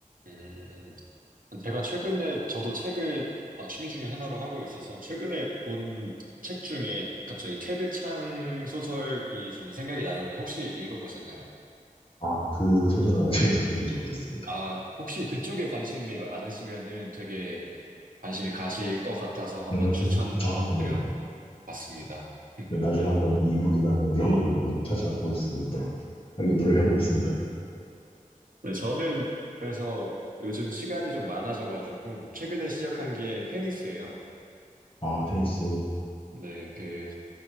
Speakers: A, on the right; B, on the left.
A: 음, 음, 음. 제가 최근에 저도 책을 아, 취미 중에 하나로 하고 있어서 최근에 본 책 중에 갑자기 테드 창 소설이 좀 생각이 나는데 혹시 읽어보셨나요?
B: 아, 그 소설은 아직은 <laughs> 저도 보지 못했습니다.
A: 아, 혹시 그쪽에 관심이 많으시면은 되게 관심이 가실 것 같아서 한번
B: 음,
A: 추천드려
B: 아, 네.
A: 봤습니다. <laughs>
B: 네, 나중에 한번 이북이나 뭐 이런 걸로 한번 찾아볼 수 있도록 노력해
A: 음,
B: 보겠습니다.
A: 네, 저는 그래서 요즘 시간이 좀 많아져가지고 최근에 시작한 게 테니스예요.
B: 아, 테니스.
A: 네, 그